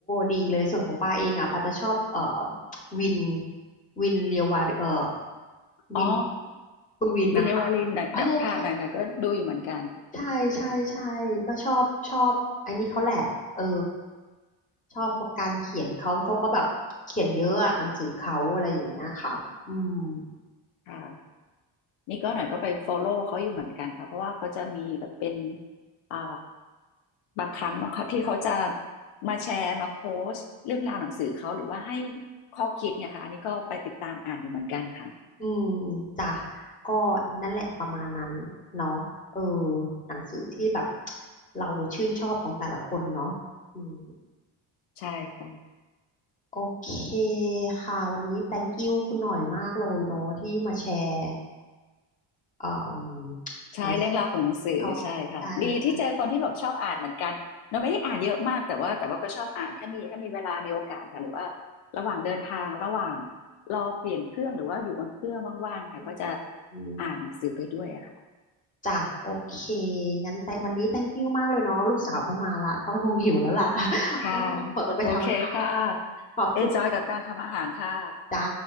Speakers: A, on the left; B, on the left.
A: ดีเลย ส่วนของปาเองอ่ะปาจะชอบ เอ่อวินวินเรียววาเอ่อวิน
B: อ๋อ
A: คุณวินนะคะ
B: บิลเลวารินหน่อยหน่อยค่ะหน่อยหน่อยก็ดูอยู่เหมือนกัน
A: เออเออใช่ใช่ใช่ก็ชอบชอบไอ้นี่เขาแหละ เออ ชอบการเขียนเขา เขาก็แบบเขียนเยอะอะหนังสือเขาอะไรอย่างเงี้ยค่ะอืม
B: ค่ะนี่ก็หน่อยก็ไป follow เขาอยู่เหมือนกันค่ะ เพราะว่าเขาจะมีแบบเป็นอ่าบางครั้งเนาะค่ะที่เขาจะมาแชร์มาโพสต์เรื่องราวหนังสือเขาหรือว่าให้ข้อคิดเนี่ยค่ะอันนี่ก็ไปติดตามอ่านอยู่เหมือนกันค่ะ
A: อืมจ้ะก็นั่นแหละประมาณนั้นเนาะเออหนังสือที่แบบเราชื่นชอบของแต่ละคนเนาะอืม
B: ใช่ค่ะ
A: โอเคค่ะวันนี้ thank you คุณหน่อยมากเลยเนาะที่มาแชร์เอ่ม
B: ใช่เรื่องราวของหนังสือใช่ค่ะดีที่เจอคนที่แบบชอบอ่านเหมือนกันเราไม่ได้อ่านเยอะมากแต่ว่าแต่ว่าก็ชอบอ่านถ้ามีถ้ามีเวลามีโอกาสค่ะหรือว่า
A: หนังสือที่ชื่นชอบใช่ใช่
B: ระหว่างเดินทางระหว่างรอเปลี่ยนเครื่องหรือว่าอยู่บนเครื่องว่างๆค่ะก็จะ
A: อืมอืม
B: อ่านหนังสือไปด้วยอะค่ะ
A: จ้ะโอเคงั้นแต่วันนี้ thank you มากเลยเนาะลูกสาวเข้ามาละเขาคงหิวแล้วล่ะ <laughs>
B: ค่ะ
A: ต้องต้องขอตัวไปทำอาหาร
B: โอเคค่ะ
A: ขอบคุณค่ะ
B: e นจอยกับการทำอาหารค่ะ
A: จ้า